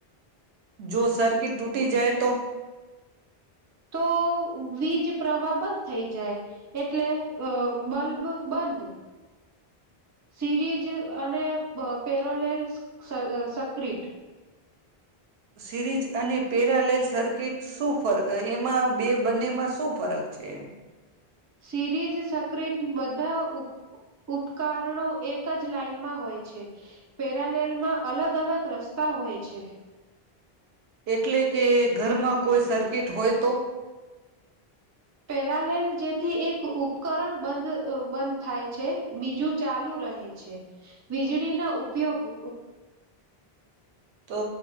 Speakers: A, on the right; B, on the right.
A: જો સર્કિટ ટૂટી જાય તો?
B: તો વીજ પ્રવા બંધ થઇ જાય. એટલે અ બલ્બ બંધ. સિરીઝ અને પ પેરોલેલ સ્ સ સક્રિટ.
A: સિરીઝ અને પેરાલેલ સર્કિટ શું ફર અ એમાં બે બંનેમાં શું ફરક છે એમ?
B: સિરીઝ સક્રિટ બધા ઉપ ઉપકારણો એક જ લાાઈનમાં હોય છે. પેરાલેલમાં અલગ અલગ રસ્તા હોય છે.
A: એટલે કે ઘરમાં કોઈ સર્કિટ હોય તો?
B: પેરાલેલ જેથી એક ઉપકરણ બંધ અ બંધ થાય છે, બીજું ચાલુ રહે છે. વીજળીના ઉપયોગો.
A: તો